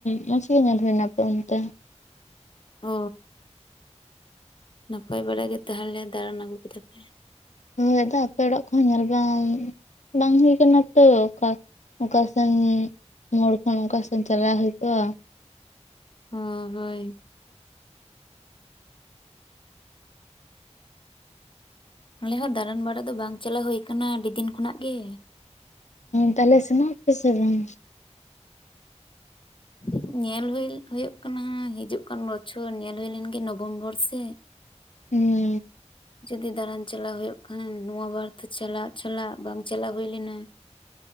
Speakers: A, on the left; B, on the left.
A: ᱢᱚᱸᱡᱽ ᱜᱮ ᱧᱮᱞ ᱦᱩᱭᱱᱟ ᱟᱯᱮ ᱚᱱᱛᱮ
B: ᱚ ᱱᱟᱯᱟᱭ ᱵᱟᱲᱟ ᱜᱮ ᱛᱟᱦᱚᱞᱮ ᱫᱟᱬᱟᱱ ᱟᱹᱜᱩ ᱠᱮᱫᱟ ᱯᱮ
A: ᱦᱳᱭ ᱟᱫᱚ ᱟᱯᱮ ᱚᱲᱟᱜ ᱠᱚᱦᱚᱸ ᱧᱮᱞ ᱵᱟᱝ ᱵᱟᱝ ᱦᱩᱭ ᱠᱟᱱᱟ ᱛᱚ ᱚᱠᱟ ᱚᱠᱟ ᱥᱮᱱ ᱢᱳᱲ ᱠᱷᱚᱱ ᱚᱠᱟ ᱥᱮᱱ ᱪᱟᱞᱟᱣ ᱦᱩᱭ ᱠᱚᱜᱼᱟ
B: ᱦᱚᱸ ᱦᱚᱭ ᱟᱞᱮ ᱦᱚᱸ ᱫᱟᱬᱟᱱ ᱵᱟᱲᱟ ᱫᱚ ᱵᱟᱝ ᱪᱟᱞᱟᱣ ᱦᱩᱭᱩ ᱟᱠᱟᱱᱟ ᱟᱹᱰᱤ ᱫᱤᱱ ᱠᱷᱚᱱᱟᱜ ᱜᱮ
A: ᱛᱟᱦᱚᱞᱮ ᱥᱮᱱᱚᱜ ᱟᱯᱮ ᱥᱮ ᱵᱟᱝ
B: ᱦᱩᱸ ᱧᱮᱞ ᱦᱩᱭᱤᱞ ᱦᱳᱭᱳᱜ ᱠᱟᱱᱟ ᱦᱤᱡᱩᱜ ᱠᱟᱱ ᱵᱚᱪᱷᱚᱨ ᱧᱮᱞ ᱦᱳᱞᱮᱱ ᱜᱮ ᱱᱚᱵᱷᱮᱢᱵᱚᱨ ᱥᱮᱫ
A: ᱦᱩᱸ
B: ᱡᱩᱫᱤ ᱫᱟᱬᱟᱱ ᱪᱟᱞᱟᱣ ᱦᱩᱭᱩᱜ ᱠᱷᱟᱱ ᱱᱚᱣᱟ ᱵᱟᱨ ᱛᱮ ᱪᱟᱞᱟᱜ ᱪᱟᱞᱟᱜ ᱵᱟᱝ ᱪᱟᱞᱟᱣ ᱦᱩᱭ ᱞᱮᱱᱟ